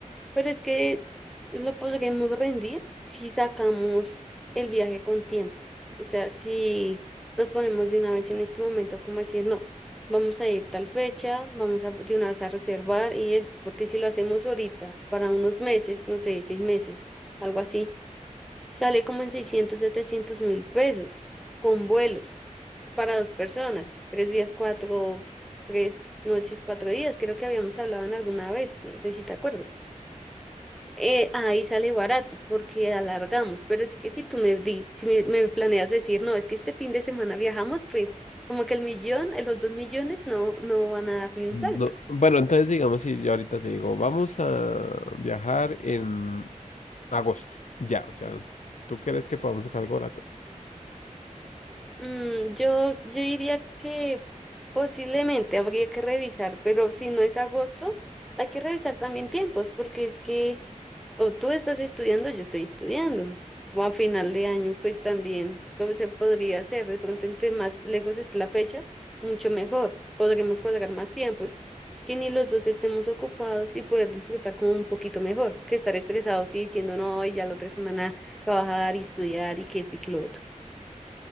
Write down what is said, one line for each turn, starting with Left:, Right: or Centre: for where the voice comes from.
Centre: Pero es que lo podremos rendir si sacamos el viaje con tiempo. O sea, si nos ponemos de una vez en este momento, como decir, no, vamos a ir tal fecha, vamos a, de una vez a reservar y esto, porque si lo hacemos ahorita, para unos meses, no sé, seis meses, algo así, sale como en seiscientos setecientos mil pesos con vuelos para dos personas, tres días, cuatro, tres noches, cuatro días, creo que habíamos hablado en alguna vez, no sé si te acuerdas eh, ahí sale barato porque alargamos, pero es que si tú me, di- si me, me planeas decir, no, es que este fin de semana viajamos, pues como que el millón, eh, los dos millones no, no van a dar ni un
Left: No,
Centre: salto.
Left: bueno, entonces digamos, si yo ahorita te digo, vamos a viajar en agosto, ya, o sea, ¿tú crees que podamos sacar algo barato?
Centre: Mm, yo, yo diría que posiblemente habría que revisar, pero si no es agosto, hay que revisar también tiempos, porque es que o tú estás estudiando, yo estoy estudiando, o a final de año, pues también, ¿cómo se podría hacer? De pronto, entre más lejos es la fecha, mucho mejor, podremos cuadrar más tiempos, que ni los dos estemos ocupados y poder disfrutar como un poquito mejor, que estar estresados y diciendo, no, y ya la otra semana trabajar y estudiar y que este y que lo otro.